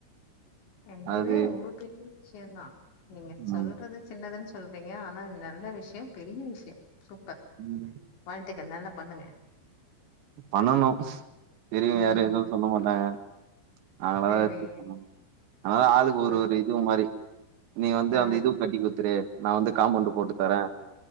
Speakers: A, on the left; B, on the right.
A: இதுவே
B: அது
A: ரொம்ப பெரிய விஷ்யம்தான் நீங்க
B: ம்
A: சொல்றது ஜின்னதுன் சொல்றீங்க ஆனா நல்ல விஷ்யோம் பெரிய விஷ்யோ சூப்பர்
B: ம்
A: வாழ்கத்துகள் நல்லா பண்ணுங்க
B: பண்ணணும் தெரியும்
A: ம்
B: யாரும் எதுவும் சொல்ல மாட்டாங்க நாங்களாதா
A: சரி
B: எட்த்து பண்ணணும் அதனால ஆளுக்கு ஒரு
A: சூப்பர்
B: ஒரு இது மாரி நீங்க வந்து
A: ஆ
B: அந்த இது கட்டி குத்துரு நா வந்து காம்பவுண்டு போட்டு
A: ம்
B: தார